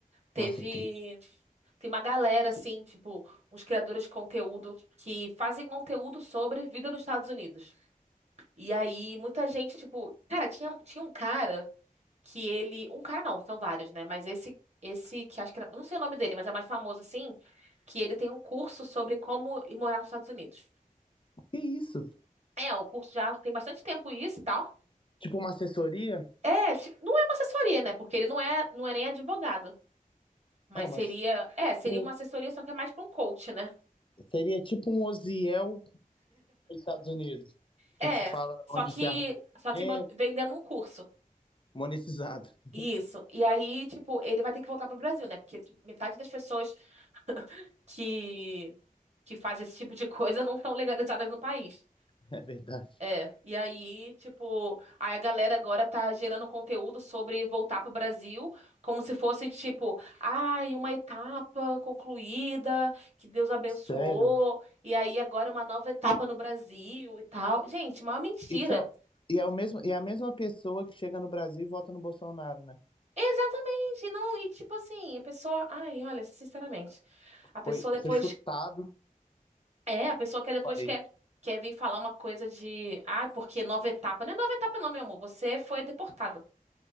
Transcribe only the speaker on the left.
nossa, é triste.
Que isso?
Tipo uma assessoria?
É, mas
tipo,
Seria tipo um Oziel dos Estados Unidos,
que te fala
onde
se arruma documento,
monetizado. <laughs>
É verdade.
Sério?
E, são, e, é o mesmo, e é a mesma pessoa que chega no Brasil e vota no Bolsonaro, né?
Foi,
foi chutado do
país.